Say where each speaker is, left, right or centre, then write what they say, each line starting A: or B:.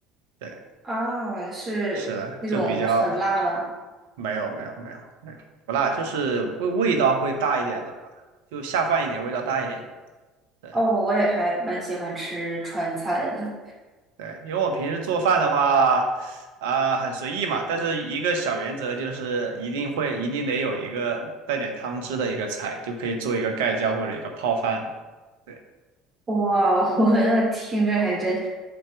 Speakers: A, on the right; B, on the right.
A: 对，
B: 啊，是那种很辣的。
A: 是的，就比较没有没有没有没有不辣，就是味味道会大一点的吧，就下饭一点，味道大一点的。对
B: 哦，我也还蛮喜欢吃川菜的。
A: 对，因为我平时做饭的话，啊、很随意嘛，但是一个小原则就是一定会一定得有一个带点汤汁的一个菜，就可以做一个盖浇或者一个泡饭的。对。
B: 哇，<laughs> 我那听着还真，